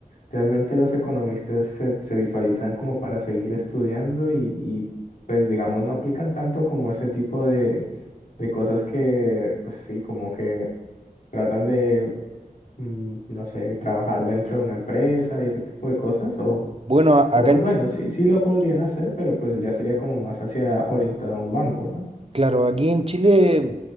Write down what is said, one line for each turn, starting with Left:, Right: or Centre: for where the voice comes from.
Left: realmente los economistas se, se visualizan como para seguir estudiando y, y, pues digamos no aplican tanto como ese tipo de, de cosas que pues sí, como que tratan de mm, no sé, trabajar dentro de una empresa y ese tipo de cosas, o,
Right: Bueno, a-
Left: o
Right: acá,
Left: pues
Right: en-
Left: bueno, sí, sí lo podrían hacer, pero pues ya sería como más hacia orientado a un banco, ¿no?
Right: claro, aquí en Chile